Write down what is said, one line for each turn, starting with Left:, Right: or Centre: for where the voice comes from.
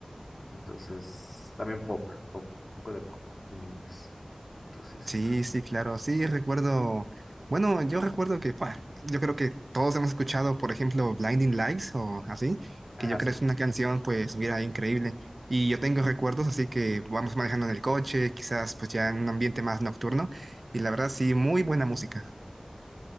Left: Entonces, también pop, pop, un poco de pop en inglés. Entonces,
Right: Sí, sí, claro, sí, recuerdo, bueno, yo recuerdo que, pa, yo creo que todos hemos escuchado, por ejemplo, Blinding Lights o así,
Left: ah,
Right: que yo creo
Left: sí,
Right: es una canción, pues, mira, increíble. Y yo tengo recuerdos, así que vamos manejando en el coche, quizás pues ya en un ambiente más nocturno, y la verdad sí, muy buena música.